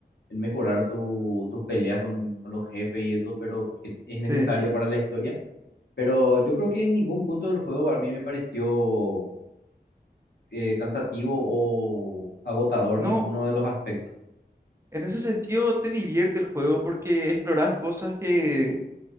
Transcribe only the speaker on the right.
Sí.
No,
en ese sentido te divierte el juego porque exploras cosas que,